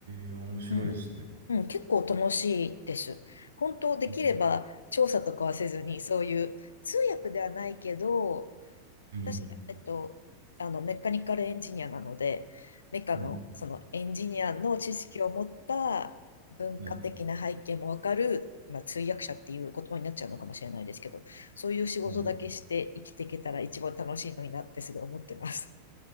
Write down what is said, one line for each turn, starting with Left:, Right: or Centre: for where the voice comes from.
Right: えー、面白いですね。
Left: うん。うん、結構楽しいです。本当できれば調査とかはせずに、
Right: う
Left: そういう通訳ではないけど、
Right: ん。
Left: 私、えっと、あのメカニカルエンジニアなので、メカのそのエンジニアの知識を持った文化的な背景もわかる、
Right: はい。はい。
Left: まあ、通訳者っていう言葉になっちゃうのかもしれないですけど、そういう仕事だけして生きていけたら一番楽しいのになってすごい思ってます。
Right: はい。